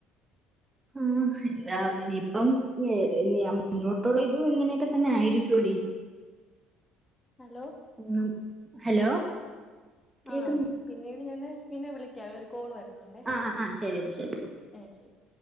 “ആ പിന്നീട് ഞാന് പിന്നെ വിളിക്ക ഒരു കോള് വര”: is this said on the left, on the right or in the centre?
Left